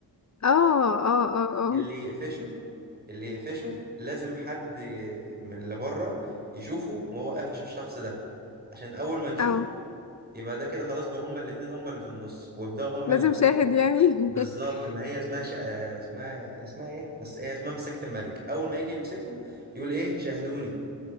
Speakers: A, on the left; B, on the right.
A: اه اه اه اه
B: اللي يقفشه اللي يقفشه لازم حد ي- من اللي بره يشوفه وهو قافش الشخص ده عشان اول ما
A: <laughs>
B: نشوفه
A: اه
B: يبقى ده كده خلاص بقى هما الاتنين هما اللي في النص ويبداوا هما
A: لازم
B: الاتنين
A: شاهد
B: ايه
A: يعني
B: بالظبط
A: <laughs>
B: ما هي اسمها شا... آه، اسمها كان اسمها ايه بس هي اسمها مساكة الملك اول ما يجي يمسكه يقول ايه شاهدوني